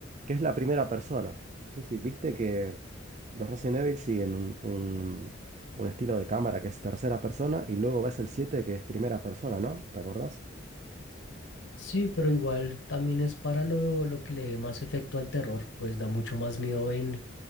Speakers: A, on the right; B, on the left.
A: que es la primera persona. No sé si viste que los Resident Evil siguen un, un- un estilo de cámara que es tercera persona y luego ves el 7 que es primera persona, ¿no? ¿Te acordás?
B: Sí, pero igual también es para lo, lo que le dé más efecto al terror, pues da mucho más miedo en,